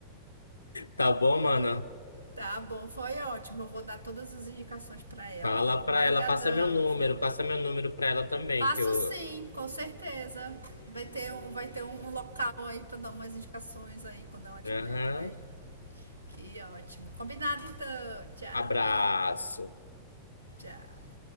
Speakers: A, on the left (about 80°); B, on the right (about 85°).
A: Tá bom, mano?
B: Tá bom, foi ótimo. Eu vou dar todas as indicações pra ela,
A: Fala
B: tá
A: lá
B: bom?
A: pra
B: Obrigadão,
A: ela, passa meu número,
B: viu?
A: passa meu número pra ela também,
B: Passo
A: que eu.
B: sim, com certeza. Vai ter um, vai ter um, um local aí pra dar umas indicações aí quando ela tiver
A: Aham.
B: por aí. Que ótimo. Combinado então. Tchau,
A: Abraço.
B: tchau.